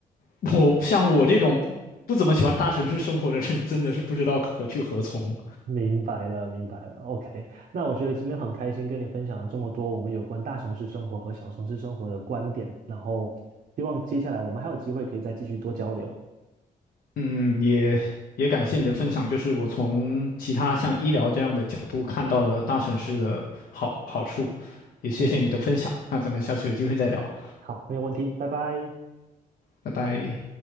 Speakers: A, on the left (about 70°); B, on the right (about 60°).
A: 我像我这种不不怎么喜欢大城市生活的人，真的是不知道何去何从。
B: 明白了，明白了。OK，那我觉得今天很开心跟你分享了这么多我们有关大城市生活和小城市生活的观点，然后希望接下来我们还有机会可以再继续多交流。
A: 嗯，也也感谢你的分享，就是我从其他像医疗这样的角度看到了大城市的好好处，也谢谢你的分享。
B: 嗯，
A: 那咱们下次有机会再聊，
B: 好，没有问题，拜拜。
A: 拜拜。